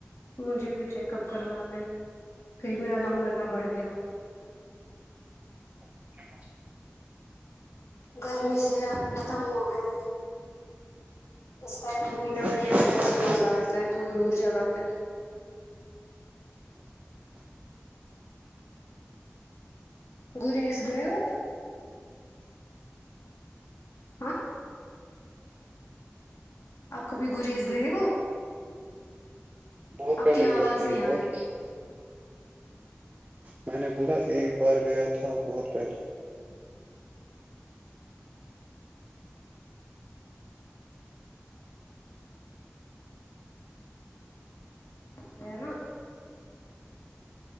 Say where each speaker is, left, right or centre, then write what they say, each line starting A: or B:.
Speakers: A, on the left; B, on the right.
A: مجھے بھی چیک اپ کروانا ہے کہئی میرا نمبر نہ بڑھ گیا ہو
B: اوکے
A: گرمی سے ختم ہو گیا اس ٹائم گھومنے
B: ہاں
A: وومنے میں بہت مزہ آتا ہے دور دور جگہ پہ گوریز گئے ہو کبھی ہاں آپ کبھی گوریز گئے ہو
B: بہت
A: آپ
B: پہلے
A: کی
B: گیا
A: آواز
B: تھا
A: نہیں
B: ایک
A: آ
B: بار
A: رہی ہے
B: میں نے بولا ایک بار گیا تھا بہت پہلے
A: کرتے ہے نا